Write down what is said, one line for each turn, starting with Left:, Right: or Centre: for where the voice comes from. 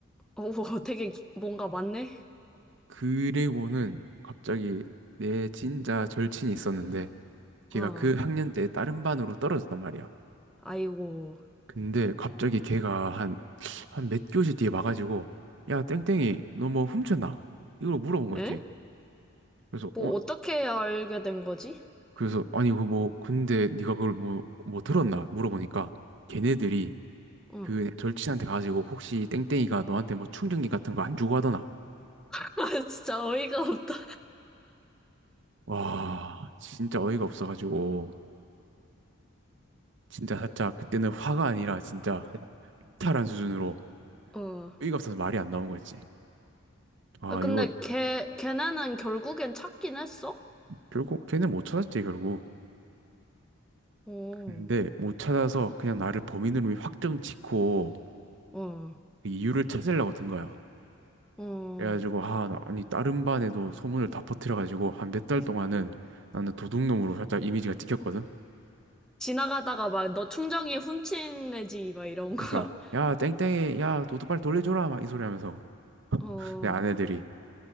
Centre: 어, <laughs> 되게 기- 뭔가 많네?
Right: 그리고는 갑자기 내 진짜 절친이 있었는데, 걔가
Centre: 어,
Right: 그 학년 때 다른 반으로 떨어졌단 말이야.
Centre: 아이고.
Right: 근데 갑자기 걔가 한, 한 몇 교시 뒤에 와가지고, 야, 땡땡이, 너 뭐 훔쳤나? 이걸 물어본 거
Centre: 에?
Right: 있지. 그래서,
Centre: 뭐
Right: 어,
Centre: 어떻게 알게 된 거지?
Right: 그래서, 아니, 그 뭐, 근데 네가 그걸 뭐, 뭐 들었나? 물어보니까, 걔네들이
Centre: 응.
Right: 그 절친한테 가가지고, 혹시 땡땡이가 너한테 뭐 충전기 같은 거 안 주고 하더나?
Centre: <laughs> 아, 진짜 어이가 없다.
Right: 와, 진짜 어이가 없어가지고, 진짜 살짝, 그때는 화가 아니라 진짜, 이탈한 수준으로,
Centre: 어.
Right: 어이가 없어서 말이 안 나온 거 있지. 아,
Centre: 아, 근데
Right: 이거,
Centre: 걔, 걔네는 결국엔 찾긴 했어?
Right: 결국 걔는 못 찾았지, 결국.
Centre: 어,
Right: 근데 못 찾아서 그냥 나를 범인으로 확정 짓고
Centre: 어,
Right: 그 이유를 찾으려고 든 거야.
Centre: 어.
Right: 그래가지고 아 나- 아니 다른 반에도 소문을 다 퍼뜨려가지고 한 몇 달 동안은 나는 도둑놈으로 살짝 이미지가 찍혔거든.
Centre: 지나가다가 막 너 충전기 훔친 애지, 막 이런 거.
Right: 그러니까 야 땡땡이 야 도둑 빨리 돌려줘라 막 이 소리 하면서
Centre: <laughs> 어.
Right: 내 아내들이